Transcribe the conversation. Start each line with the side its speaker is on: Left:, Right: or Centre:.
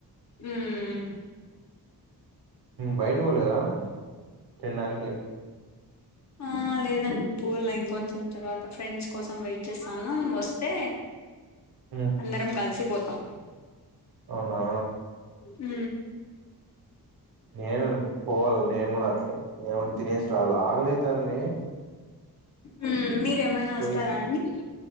Left: మ్మ్
Right: బయట పోలేదా తినడానికి
Left: ఆ లేదండి పోలె ఇంకొంతసేపు తర్వాత ఫ్రెండ్స్ కోసం వెయిట్ చేస్తాను వస్తే
Right: ఉమ్,
Left: అందరం కలిసిపోతాం
Right: అవునా
Left: ఉ
Right: నేను పోవాల నేను కూడా అట్లే ఏమన్నా తినేసి రాళ్ల ఆకలైతాంది
Left: మ్మ్ మీరేమైనా
Right: పోయి
Left: వస్తారా అండి